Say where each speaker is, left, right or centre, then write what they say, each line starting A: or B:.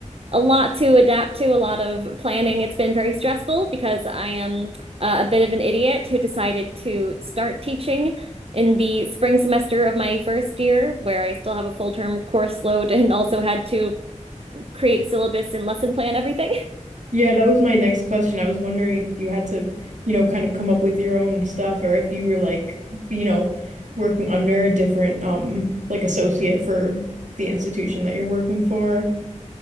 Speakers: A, on the right; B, on the right.
A: a lot to adapt to, a lot of planning. It's been very stressful because I am uh, a bit of an idiot who decided to start teaching in the spring semester of my first year, where I still have a full-term course load and also had to create a syllabus and lesson plan everything.
B: Yeah, that was my next question. I was wondering if you had to, you know, kind of come up with your own stuff or if you were like, you know, working under a different um like associate for the institution that you're working for.